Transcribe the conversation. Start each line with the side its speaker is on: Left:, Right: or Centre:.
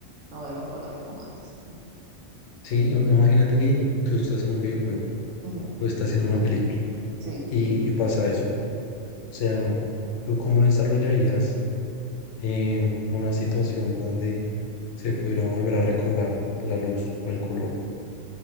Right: no veo los colores como antes.
Left: Sí, imagínate que tú estás en un videojuego
Right: Ujú,
Left: o estás en una película
Right: Sí.
Left: y, y pasa eso. O sea, ¿tú cómo desarrollarías eh, una situación donde se pudiera volver a recobrar la luz o el color?